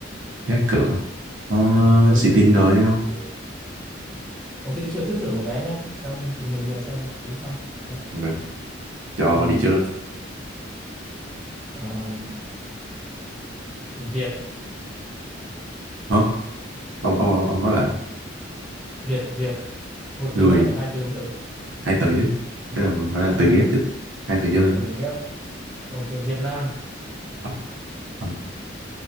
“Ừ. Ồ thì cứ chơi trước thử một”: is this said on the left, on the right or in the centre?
Centre